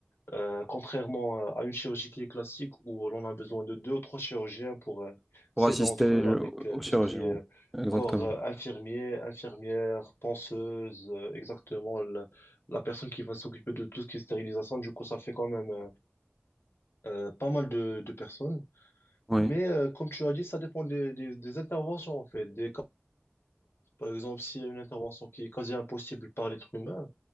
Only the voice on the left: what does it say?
Euh, contrairement euh, à une chirurgie qui est classique où l'on a besoin de deux ou trois chirurgiens pour euh,
s'aider
entre eux
avec euh,
tout
ce qui est euh,
corps euh, infirmier, infirmière, penseuse, euh, exactement la, la personne qui va s'occuper de tout ce qui est stérilisation. Du coup, ça fait quand même euh, euh, pas mal de, de personnes.
Mais euh, comme tu as dit, ça dépend des, des des interventions en fait, des par exemple, s'il y a une intervention qui est quasi impossible par l'être humain,